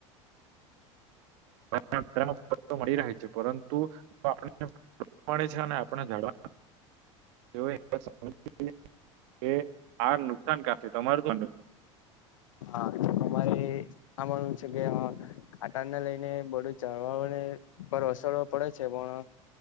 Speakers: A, on the right; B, on the left.
A: <unintelligible> મળી રહે છે પરંતુ આપે છે આપણા ઝડવા <inaudible> એ આ નુકસાનકાર છે તમારું નથી
B: હા અમારે આ માનવું છે કે કાટણને લઈને બડું ચળવાને પર અસરો પડે છે પણ